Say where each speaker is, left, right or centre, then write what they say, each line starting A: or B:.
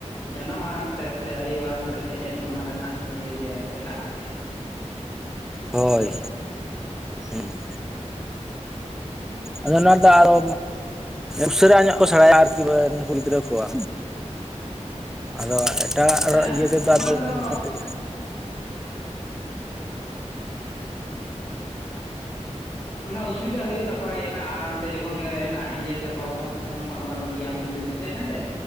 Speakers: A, on the left; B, in the centre.
A: ᱡᱟᱱᱟᱢ ᱟᱲᱟᱝ ᱛᱮ ᱥᱮ ᱟᱭᱳ ᱟᱲᱟᱝ ᱛᱮ ᱥᱮᱪᱮᱫ ᱚᱱᱟ ᱨᱮᱱᱟᱜ ᱤᱭᱟᱹ ᱜᱮ ᱮᱴᱟᱜ ᱜᱮᱭᱟ ᱾
B: ᱦᱚᱭ ᱦᱩᱸ ᱟᱫᱚ ᱱᱚᱣᱟ ᱫᱚ ᱟᱨᱚ ᱩᱥᱟᱹᱨᱟ ᱧᱚᱜ ᱠᱚ ᱥᱮᱲᱟᱭᱟ ᱟᱨ ᱠᱤ ᱜᱤᱫᱽᱨᱟᱹ ᱠᱚ ᱾ ᱟᱫᱚ ᱮᱴᱟᱜ
A: ᱦᱮᱸ
B: ᱤᱭᱟᱹ ᱛᱮᱫᱚ
A: ᱚᱱᱟ
B: ᱟᱫᱚ
A: ᱛᱚ
B: ᱠᱟᱹᱴᱤᱡᱼᱼ
A: ᱢᱟᱱᱮ ᱚᱥᱩᱵᱤᱫᱟ ᱦᱩᱭᱩᱜ ᱛᱟᱠᱚᱣᱟ ᱮᱴᱟᱜ ᱟᱲᱟᱝ ᱛᱮ ᱡᱚᱠᱷᱚᱱ ᱜᱮ ᱮᱴᱟᱜ ᱤᱭᱟᱹ ᱛᱟᱠᱚᱣᱟ ᱵᱟᱝᱞᱟ ᱢᱤᱰᱤᱭᱟᱢ ᱤᱝᱞᱤᱥᱼᱼ ᱡᱮ ᱦᱮᱸᱥᱮ